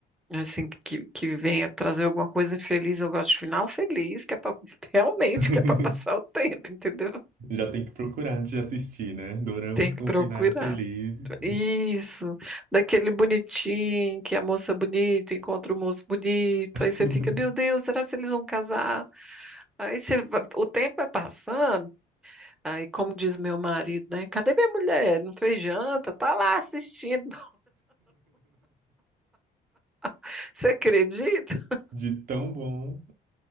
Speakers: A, in the centre; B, on the right.
A: assim, que, que venha trazer alguma coisa infeliz. Eu gosto de final feliz, que é pra, <laughs> realmente
B: <laughs>
A: que é para passar o tempo, entendeu?
B: Já tem que procurar antes de assistir, né? Doramas
A: Tem
B: com
A: que procurar.
B: finais felizes.
A: Isso, daquele bonitinho, que a moça é bonita encontra o moço bonito,
B: <laughs>
A: aí você fica, meu Deus, será que eles vão casar? Aí você, va- o tempo vai passando, aí como diz meu marido, né? Cadê minha mulher? Não fez janta, tá lá assistindo. <laughs> Você acredita?
B: De tão bom.